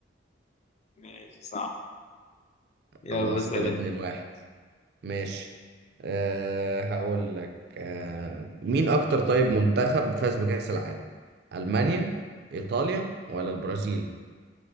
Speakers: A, on the left (about 35°); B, on the right (about 55°).
A: ماشي صح يلا
B: خلاص
A: اسأل
B: كده
A: انت
B: اتنين واحد ماشي أه هقول لك أه مين اكتر طيب منتخب فاز بكأس العالم ألمانيا ايطاليا ولا البرازيل